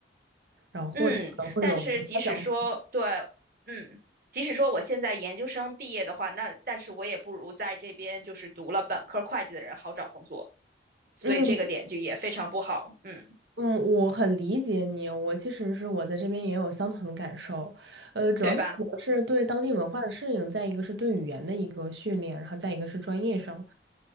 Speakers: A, on the right; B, on the right.
A: 然后或者可能会有他想，
B: 嗯，但是即使说对，嗯，即使说我现在研究生毕业的话，那但是我也不如在这边就是读了本科会计的人好找工作，所以这个点就也非常不好，
A: 嗯，
B: 嗯，
A: 嗯，我很理解你。我其实是我在这边也有相同的感受，呃，主要是可能是对当地文化的适应，
B: 对吧？
A: 再一个是对语言的一个训练，然后再一个是专业上。